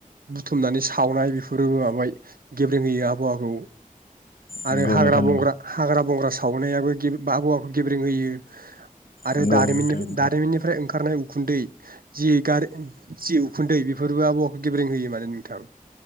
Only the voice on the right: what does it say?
बुथुमनानै सावनाय बे फोरबो जाबाय गेब्रेंहोयो आबहावाखौ
आरो हाग्रा
बंग्रा हाग्रा बंग्रा सावनायाबो गेब आबहावाखौ गेब्रें होयो आरो
दारिमिननि
दारिमिननिफ्राय ओं खारनाय उखुन्दै जि गार जि उखुन्दै बेफोरबो आबहावाखौ गेब्रें होयो माने नोंथां।